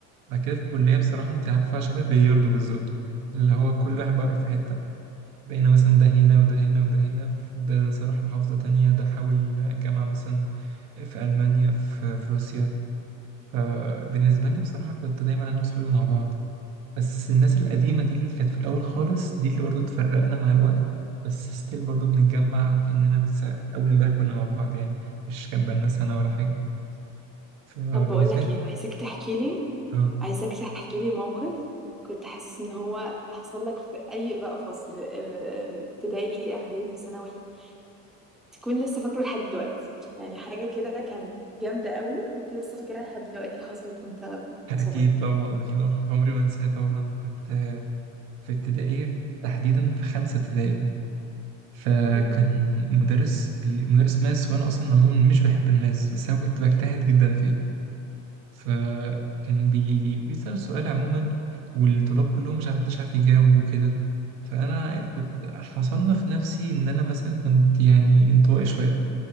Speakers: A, on the right; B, in the centre.
A: بعد كده في الكلية بصراحة أنت عارفة شبه البلياردو بالظبط اللي هو كل واحد بقى راح في حتة بقينا مثلا ده هنا وده هنا وده هنا ف- وده مثلا راح محافظة تانية ده حاول جامعة مثلا في ألمانيا في, في روسيا فبالنسبة لي بصراحة كنت دايما أنا وأصحابي مع بعض بس الناس القديمة دي اللي كانت في الأول خالص دي اللي برضو اتفرقنا مع الوقت بس ستيل برضو بنتجمع وكأننا لسه أول امبارح كنا مع بعض يعني مش كان بقالنا سنة ولا حاجة فبالنسبة
B: طب بقول لك
A: لي
B: إيه أنا عايزاك تحكي لي
A: اه
B: عايزاك تحكي لي موقف كنت حاسس إن هو حصل لك في أي بقى فصل آه، آه، ابتدائي إعدادي ثانوي تكون لسه فاكره لحد دلوقتي يعني حاجة كده كانت جامدة قوي وأنت لسه فاكرها لحد دلوقتي حصلت وأنت
A: <laughs> أكيد
B: صغير
A: طبعا في موقف عمري ما أنساه طبعا كنت آه، في ابتدائي تحديدا في خمسة ابتدائي فكان
B: م-
A: مدرس بي... مدرس ماس وانا اصلا عموما مش بحب الماس بس انا كنت بجتهد جدا فيه فكان بي... بيسأل سؤال عموما والطلاب كلهم مش محدش عارف يجاوب وكده فانا يعني كنت فصنف نفسي ان انا مثلا كنت يعني انطوائي شويه